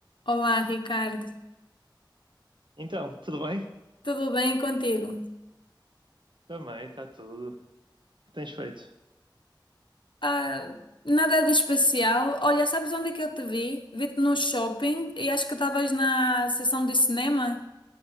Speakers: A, on the left; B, on the right.
A: Olá, Ricardo.
B: Então, tudo bem?
A: Tudo bem contigo?
B: Também, está tudo. O que tens feito?
A: Ah, nada de especial. Olha, sabes onde é que eu te vi? Vi-te no shopping e acho que estavas na sessão de cinema.